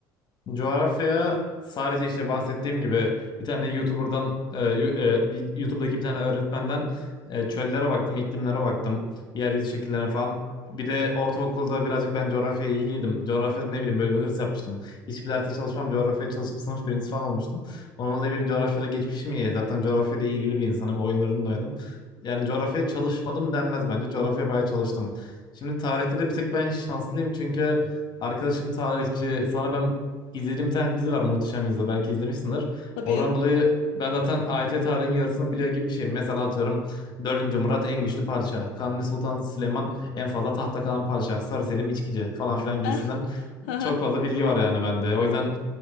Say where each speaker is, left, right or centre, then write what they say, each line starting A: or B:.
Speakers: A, on the left; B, on the left.
A: Coğrafya sadece işte bahsettiğim gibi bir tane YouTuber'dan e, yu- e, bir- YouTube'daki bir tane öğretmenden e, çöllere baktım, iklimlere baktım, yeryüzü şekillerine falan. Bir de ortaokulda birazcık ben coğrafyaya ilgiliydim. Coğrafyada ne bileyim böyle bir hırs yapmıştım. Hiçbir derste çalışmam, coğrafyaya çalışıp sınıf birincisi falan olmuştum. Onunla dolayı benim coğrafyada geçmişim iyi. Zaten coğrafyada ilgili bir insanım, oyunlarını da oynadım. Yani coğrafyaya çalışmadım denmez bence. Coğrafyaya bayağı çalıştım. Şimdi tarihte de bir tık ben şanslıyım çünkü Arkadaşım tarihçi. Sana ben İzlediğim bir tane dizi var Muhteşem Yüzyıl belki izlemişsindir.
B: Tabii.
A: Oradan dolayı ben zaten AYT tarihinin yarısını biliyor gibi bir şeyim. Mesela atıyorum dördüncü Murat en güçlü padişah. Kanuni Sultan Süleyman en fazla tahta kalan padişah. Sarı Selim içkici falan filan gibisinden
B: Eh, <laughs> hı hı.
A: çok fazla bilgi var yani bende. O yüzden